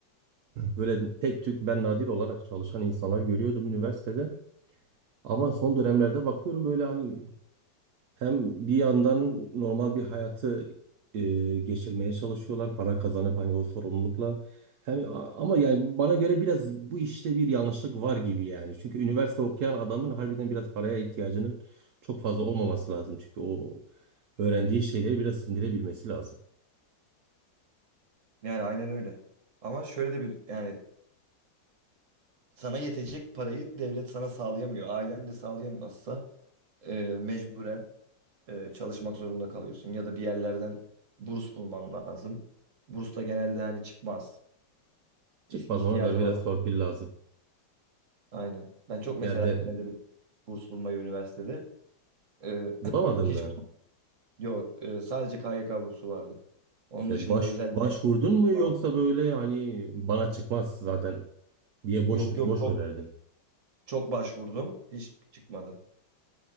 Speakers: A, on the right; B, on the right.
A: Böyle tek tük ben nadir olarak çalışan insanlar görüyordum üniversitede. Ama son dönemlerde bakıyorum böyle hani hem bir yandan normal bir hayatı e, geçirmeye çalışıyorlar para kazanıp hani o sorumlulukla. Hem a- ama yani bana göre biraz bu işte bir yanlışlık var gibi yani. Çünkü üniversite okuyan adamın harbiden biraz paraya ihtiyacının çok fazla olmaması lazım. Çünkü o öğrendiği şeyleri biraz sindirebilmesi lazım.
B: Yani aynen öyle. Ama şöyle de bir yani sana yetecek parayı devlet sana sağlayamıyor. Ailen de sağlayamazsa e, mecburen e, çalışmak zorunda kalıyorsun. Ya da bir yerlerden burs bulman lazım. Burs da genelde hani çıkmaz.
A: Çıkmaz
B: İh- ihtiyacı
A: ona da biraz
B: olan
A: torpil lazım.
B: aynen. Ben çok
A: Ya
B: mesela
A: de
B: denedim burs bulmayı üniversitede. E,
A: bulamadın
B: <clears throat> <laughs> hiç
A: mı?
B: yok e, sadece KYK bursu vardı. Onun
A: E,
B: dışında
A: baş,
B: özel
A: başvurdun
B: bir yerden burs
A: mu yoksa
B: bulamam.
A: böyle hani bana çıkmaz zaten diye boş
B: Yok yok
A: boş
B: çok
A: mu verdin?
B: çok başvurdum. Hiç çıkmadı.